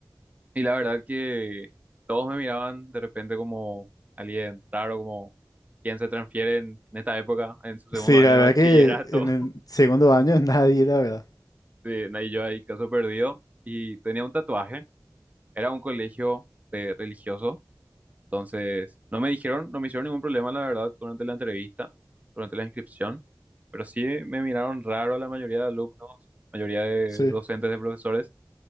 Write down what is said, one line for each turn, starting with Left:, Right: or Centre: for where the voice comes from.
Right: y la verdad que todos me miraban de repente como alguien raro, como quien se transfiere en, en esta época, en su segundo
Left: Sí,
Right: año
Left: la
Right: de
Left: verdad
Right: bachillerato.
Left: que en
Right: <laughs>
Left: el segundo año <laughs> nadie, la verdad.
Right: Sí, na- y yo ahí, caso perdido. Y tenía un tatuaje. Era un colegio eh, religioso. Entonces, no me dijeron, no me hicieron ningún problema, la verdad, durante la entrevista, durante la inscripción. Pero sí me miraron raro la mayoría de alumnos, mayoría de
Left: Sí,
Right: docentes, de profesores.